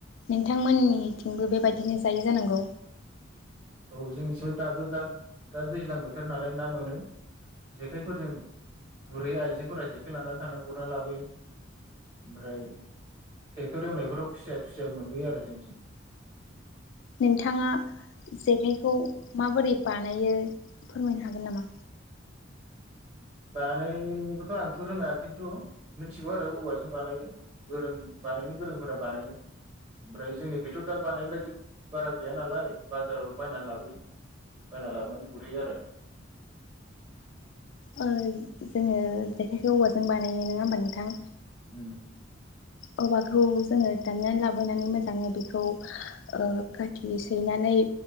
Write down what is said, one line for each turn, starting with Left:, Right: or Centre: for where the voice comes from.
Left: नोंथांमोननि थिंबो बेबायदिनो जायो जानांगौ
Right: औ जोंसो दाबो दा दा दैज्लां बोथोर नालाय ना मोनो जेखायफोरजों गुरहैयो आइजोफोरा जेखाइ लानानै थांना गुरना लाबोयो ओमफ्राय ट्रेक्टर एवनायफोराव खुसिया खुसिया मोनबोयो आरो जोंनिथिं
Left: नोंथाङा जेखाइखौ माबोरै बा बानायो फोरमायनो हागोन नामा?
Right: बानायखौथ' आंथ रोङा खिन्थु मिन्थिगौ आरो औवाजों बानायो गोरों बानायनो गोरोंफोरा बानायो ओमफ्राय जोंनिखैथ' दा बानायग्रा इदि बारा गैया नालाय बाजाराव बायना लाबोयो बायना लाबोनानै गुरहैयो आरो
Left: ओ जोङो जेखाइखौ औवाजों बानायो नोङा होमबा नोंथां।
Right: उम
Left: औवाखौ जोङो दाननानै लाबोनानै मोजाङै बेखौ ओ खाथि सैनानै